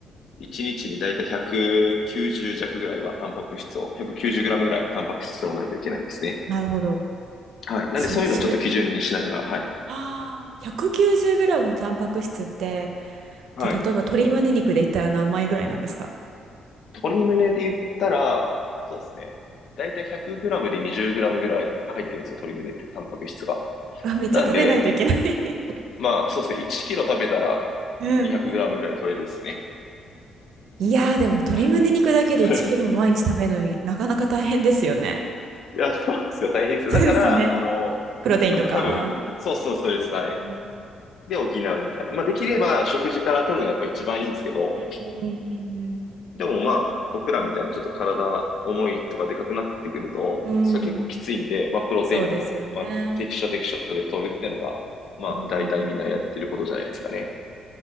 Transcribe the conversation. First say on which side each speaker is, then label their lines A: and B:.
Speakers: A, on the left (about 65°); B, on the right (about 75°).
A: 1日にちに大体190弱ぐらいはタンパク質を、190グラムぐらいタンパク質を取らないといけないんですね。
B: なるほど。
A: はい。なんでそういうのをちょっと基準にしながら、
B: そ、それ、
A: はい。
B: ああ、190グラムのタンパク質って、
A: はい。
B: じゃあ、例えば鶏胸肉で言ったら何枚ぐらいなんですか
A: 鶏胸で言ったら、そうですね。だいたい1 0 0ムで2 0ムぐらい入ってるんですよ、鶏胸って、タンパク質が。
B: あ <laughs>、めっちゃ食べないといけない
A: なんで、まあ、そうですね。1キロ食べたら
B: <laughs> うん。
A: 2 0 0ムぐらい取れるですね。
B: いやー、でも鶏胸肉だけで1キロ毎日食べるのになかなか大変ですよね。
A: はい。<laughs> いや、そうですよ。大変ですよ。
B: そうですよね。
A: だから、あの、
B: プロテインとか。
A: なま多分、そうそう、ストレス、はい。
B: うん
A: で補うみたいな。まあ、できれば食事から取るのがやっぱ一番いいんですけど、
B: うん
A: でもまあ、僕らみたいなちょっと体重いとかでかくなってくると、
B: うんうん。
A: それは結構きついんで、
B: うん
A: まあ、プロテインを、
B: そうですよね。
A: まあ、適所適所で取るっていうのが、まあ、
B: うんうんうん
A: 大体みんなやってることじゃないですかね。